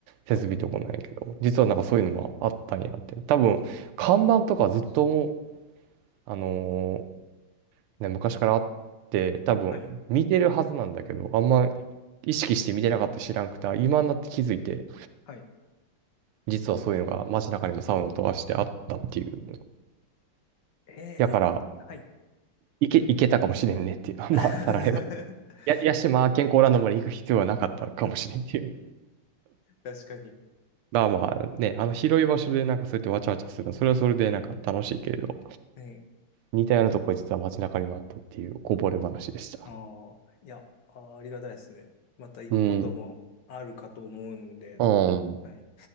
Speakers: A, on the right (about 80°); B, on the left (about 60°).
A: 設備とこなんやけど、
B: はい。
A: 実はなんかそういうのもあったんやって。多分、看板とかずっと、あのーね、昔からあって、多分見てるはずなんだけど、
B: はい。
A: あんま
B: はい。
A: 意識して見てなかった知らんくて、今になって気づいて、
B: はい。
A: 実はそういうのが街中にもサウナとはしてあったっていう。
B: えー、
A: やから、
B: いや、はい。
A: いけ、いけたかもしれんねっていう。
B: <laughs>
A: <laughs> まあ、たられば。や、屋島健康ランドまで行く必要はなかったかもしれんっていう。
B: 確かに。
A: <laughs> まあまあね、あの広い場所でなんかそうやってわちゃわちゃするの、それはそれでなんか楽しいけれど、
B: はい。
A: 似たようなとこは実は街中にもあったっていうこぼれ話でした。
B: ああ、いや、あー、ありがたいですね。また行くこともあるかと思うんで、
A: うん。うん。
B: 多分はい。